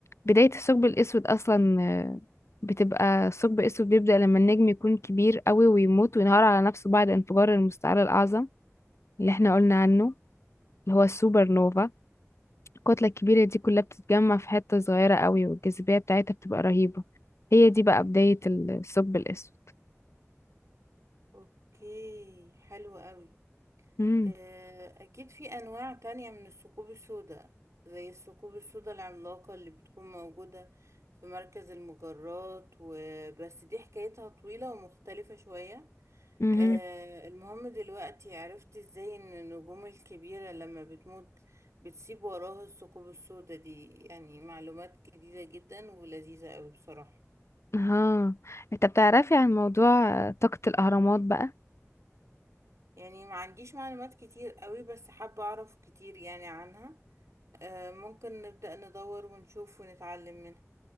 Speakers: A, on the left; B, on the right.
A: بدايه الثقب الاسود اصلا آه، بتبقى الثقب الاسود بيبدا لما النجم يكون كبير قوي ويموت وينهار على نفسه بعد انفجار المستعر الاعظم اللي احنا قلنا عنه اللي هو السوبر نوفا الكتلة الكبيرة دي كلها بتتجمع في حتة صغيرة قوي والجاذبية بتاعتها بتبقى رهيبة هي دي بقى بداية الثقب الأسود
B: أوكي حلو قوي
A: امم
B: آه، أكيد في أنواع تانية من الثقوب السوداء زي الثقوب السوداء العملاقة اللي بتكون موجودة في مركز المجرات وبس دي حكايتها طويلة ومختلفة شوية
A: امم
B: آه، المهم دلوقتي عرفت ازاي ان النجوم الكبيرة لما بتموت بتسيب وراها الثقوب السوداء دي يعني معلومات جديدة جدا ولذيذة قوي بصراحة
A: ها انت بتعرفي عن موضوع آه، طاقة الأهرامات بقى
B: يعني ما عنديش معلومات كتير قوي بس حابة اعرف كتير يعني عنها آه، ممكن نبدأ ندور ونشوف ونتعلم منها